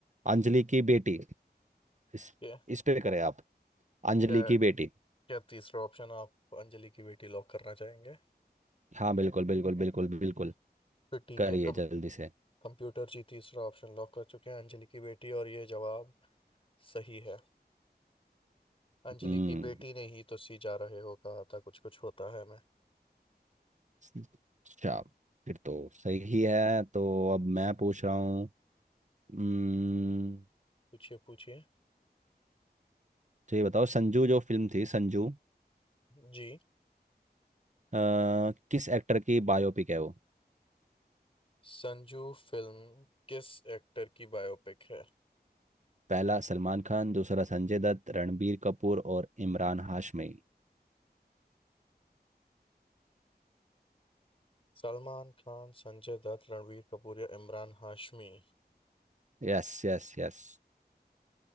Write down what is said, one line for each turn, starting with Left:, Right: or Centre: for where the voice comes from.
Right: अंजलि की बेटी इस
Left: क्या
Right: इस पे करें आप अंजलि
Left: क्या
Right: की बेटी
Left: क्या तीसरा ऑप्शन आप अंजलि की बेटी लॉक करना चाहेंगे
Right: हाँ बिल्कुल बिल्कुल बिल्कुल बिल्कुल
Left: तो ठीक
Right: करिए
Left: है
Right: जल्दी से
Left: कंप्यूटर जी तीसरा ऑप्शन लॉक कर चुके हैं अंजलि की बेटी और ये जवाब सही है अंजलि
Right: हम्म
Left: की बेटी ने ही तो सी जा रहे हो कहा था कुछ कुछ होता है मैं
Right: अच्छा फिर तो सही ही है तो अब मैं पूछ रहा हूँ हम्म,
Left: पूछिए पूछिए
Right: तो ये बताओ संजू जो फिल्म थी संजू
Left: जी
Right: अ, किस एक्टर की बायोपिक है वो
Left: संजू फिल्म किस एक्टर की बायोपिक है
Right: पहला सलमान खान दूसरा संजय दत्त रणबीर कपूर और Imran Hashmi
Left: सलमान खान संजय दत्त रणवीर कपूर या इमरान हाशमी
Right: Yes yes yes